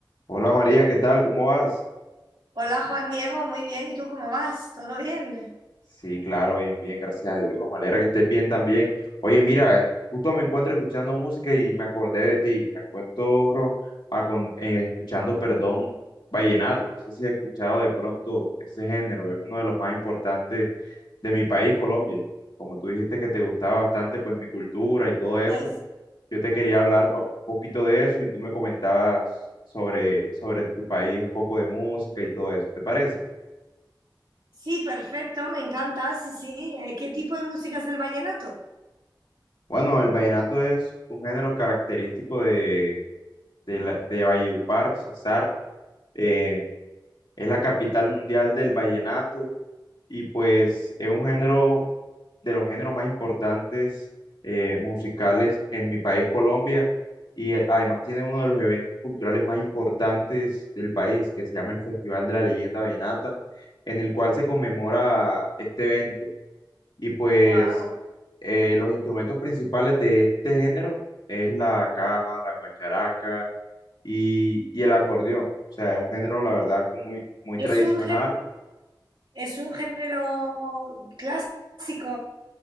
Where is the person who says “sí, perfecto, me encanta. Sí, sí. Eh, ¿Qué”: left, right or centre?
Right